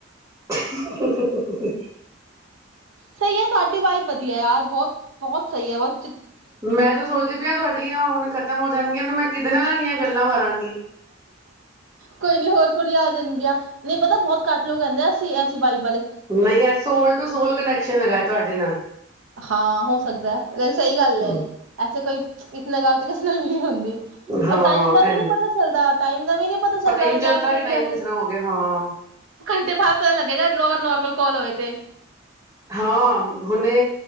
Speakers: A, on the right; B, on the right.
A: ਹਹਹਹਹਹਹ
B: ਸਹੀ ਹੈ ਤੁਹਾਡੀ ਵਾਈਫ ਵਧੀਆ ਯਾਰ ਬਹੁਤ ਬਹੁਤ ਸਹੀ ਹੈ ਬਹੁ
A: ਮੈਂ ਤਾਂ ਸੋਚਦੀ ਪਈ ਹਾਂ ਤੁਹਾਡੀ ਆ ਹੁਣ ਖ਼ਤਮ ਹੋ ਜਾਣਗੀਆਂ ਮੈਂ ਕਿਦੇ ਨਾਲ ਦੀਆਂ ਗੱਲਾਂ ਮਾਰਾਂਗੀ
B: ਕੋਈ ਨੀ ਹੋਰ ਕੁੜੀ ਆ ਜਾਣਗੀਆਂ ਨਹੀਂ ਪਤਾ ਬਹੁਤ ਘੱਟ ਲੋਕ ਕਹਿੰਦੇ ਆ ਐਸੀ ਬਾਈਕ
A: ਨਹੀਂ ਹੈ ਸੋਲ ਟੂ ਸੋਲ ਕਨੈਕਸ਼ਨ ਹੈਗਾ ਤੁਹਾਡੇ ਨਾਲ
B: ਹਾਂ ਹੋ ਸਕਦਾ ਸਹੀ ਗੱਲ
A: ਹੂੰ
B: ਹੈ ਐਸੇ ਕੋਈ ਇਤੇ ਗੱਲ ਤੇ ਕਿਸੇ ਨਾਲੀ ਹੁੰਦੀ
A: ਹਾਂ
B: ਰ ਟਾਈਮ ਦਾ ਵੀ
A: ਇਨਾ
B: ਨੀ ਪਤਾ ਚੱਲਦਾ ਟਾਈਮ ਦਾ ਵੀ ਨੀ ਪਤਾ ਚੱਲਦਾ
A: ਹੀ ਨਹੀਂ
B: ਦਸ ਮਿੰਟ
A: ਕਿ ਟਾਈਮ ਕਿਸ ਤਰ੍ਹਾਂ ਹੋ ਗਿਆ ਹਾਂ
B: ਘੰਟੇ ਭਾ ਪ ਲੱਗੇਗਾ ਨੋਰਮਲ ਕਲ ਹੋਏ ਤੇ
A: ਹਾਂ ਹੁਨੇ